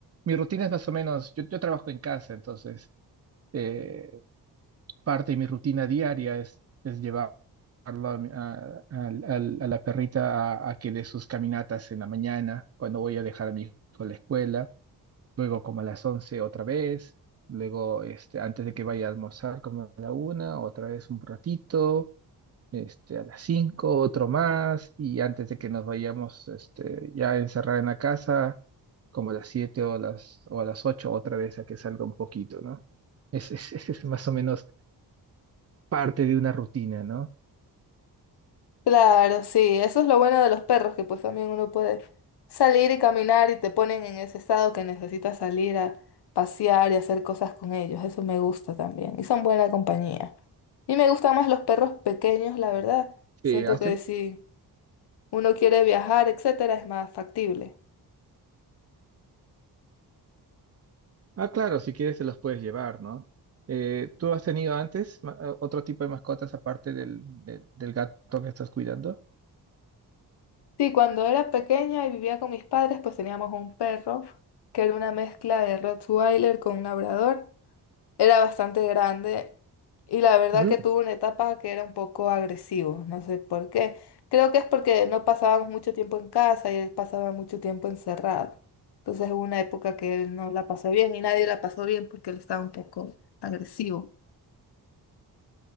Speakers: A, on the right; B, on the left.
A: mi rutina es más o menos, yo, yo trabajo en casa, entonces... eh, parte de mi rutina diaria es, es llevarlo a, mi- a- al- al- a la perrita a, a que dé sus caminatas en la mañana, cuando voy a dejar a mi hijo a la escuela, luego como a las 11 otra vez, luego este, antes de que vaya a almorzar como a la una, otra vez un ratito, este, a las 5 otro más, y antes de que nos vayamos este, ya a encerrar en la casa, como a las 7 o, las, o a las 8 otra vez a que salga un poquito, ¿no? Ese es, <laughs> ese es más o menos parte de una rutina, ¿no?
B: Claro, sí, eso es lo bueno de los perros, que pues también uno puede salir y caminar y te ponen en ese estado que necesitas salir a pasear y hacer cosas con ellos. Eso me gusta también. Y son buena compañía. Y me gustan más los perros pequeños, la verdad.
A: Que
B: Siento
A: has
B: que
A: ten-
B: sí. uno quiere viajar, etcétera, es más factible.
A: Ah, claro, si quieres te los puedes llevar, ¿no? Eh, ¿tú has tenido antes ma- ah, otro tipo de mascotas aparte del, del- del gato que estás cuidando?
B: Sí, cuando era pequeña y vivía con mis padres, pues teníamos un perro que era una mezcla de Rottweiler con un labrador. Era bastante grande y la verdad
A: Mm.
B: que tuvo una etapa que era un poco agresivo, no sé por qué. Creo que es porque no pasábamos mucho tiempo en casa y él pasaba mucho tiempo encerrado. Entonces hubo una época que él no la pasó bien y nadie la pasó bien porque él estaba un poco agresivo.